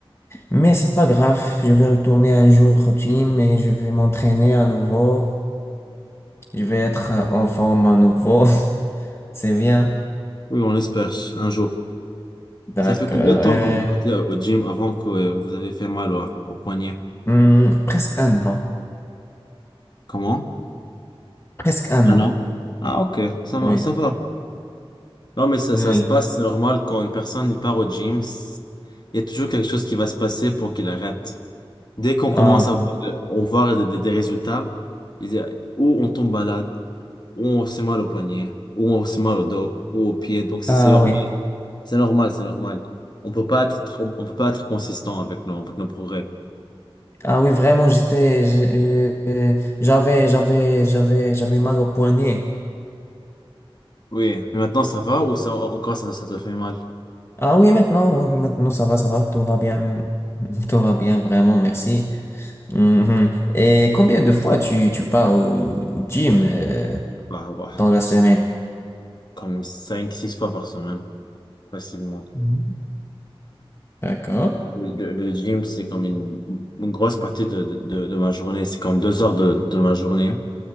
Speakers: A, on the left; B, on the left.
A: Mais c'est pas grave, je vais retourner un jour au gym et je vais m'entraîner à nouveau. Je vais être en forme à nouveau. <laughs> C'est bien.
B: Oui, on espère un jour.
A: D'accord.
B: Ça fait combien de temps
A: Euh,
B: que vous partez au gym avant que euh, vous avez fait mal au, au poignet?
A: hum, presque un an.
B: Comment?
A: Presque un
B: Un
A: an.
B: an. Ah, ok. Ça, va-
A: Oui.
B: ça va. Non, mais ça,
A: Oui.
B: ça se passe, c'est normal quand une personne il part au gym, c- il y a toujours quelque chose qui va se passer pour qu'il arrête. Dès qu'on commence
A: Ah,
B: à voir, euh, on voit des, des- des résultats, il y a- ou on tombe malade, ou on se mal au poignet, ou on se mal au dos, ou aux pieds. Donc c'est
A: ah
B: c'est normal,
A: oui.
B: c'est normal, c'est normal. On peut pas être, trop- on peut pas être consistant avec nos, avec nos progrès.
A: Ah oui, vraiment, j'étais, j'ai- j'ai- j'avais, j'avais, j'avais, j'avais mal au poignet.
B: Oui, mais maintenant ça va ou ça, encore ça, ça te fait mal?
A: Ah oui, maintenant, oui, maintenant, ça va, ça va, tout va bien. <laughs> Tout va bien, vraiment, merci. Mhm. Et combien de fois tu, tu pars au, au gym, euh,
B: Bah ouais,
A: dans la semaine?
B: c'est comme cinq six fois par semaine, facilement.
A: Mhm. D'accord.
B: Le, le gym, c'est comme une, une grosse partie de, de, de- de ma journée. C'est comme deux heures de, de ma journée.